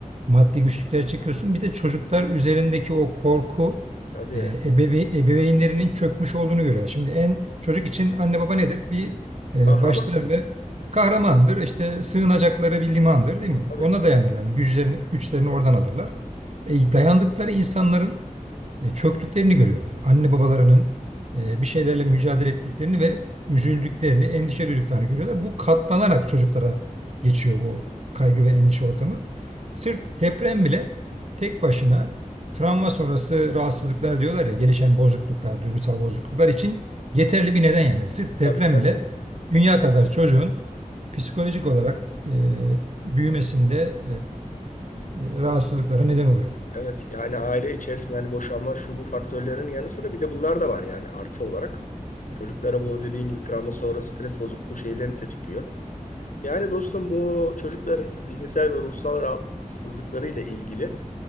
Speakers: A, on the right; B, on the left.
A: maddi güçlüklere çekiyorsun. Bir de çocuklar üzerindeki o korku
B: tabii
A: e, ebeve ebeveynlerinin çökmüş olduğunu görüyor. Şimdi en çocuk için anne baba nedir? Bir e,
B: kahraman.
A: başlarını kahramandır. İşte sığınacakları bir limandır değil mi?
B: Tabii.
A: Ona dayanırlar. Yani güçlerini, güçlerini oradan alırlar. E, dayandıkları insanların e, çöktüklerini görüyorlar. Anne babalarının e, bir şeylerle mücadele ettiklerini ve üzüldüklerini, endişe duyduklarını görüyorlar. Bu katlanarak çocuklara geçiyor bu kaygı ve endişe ortamı. Sırf deprem bile tek başına travma sonrası rahatsızlıklar diyorlar ya, gelişen bozukluklar, duygusal bozukluklar için yeterli bir neden yani. Sırf deprem
B: Tabii tabii.
A: bile dünya kadar çocuğun psikolojik olarak e, büyümesinde e, e, rahatsızlıklara neden oluyor.
B: Evet yani aile içerisinde hani boşanma şu bu faktörlerin yanı sıra bir de bunlar da var yani artı olarak. Çocuklara bu dediğin gibi travma sonrası stres bozukluğu şeylerini tetikliyor. Yani dostum bu çocukların zihinsel ve ruhsal rahatsızlıkları ile ilgili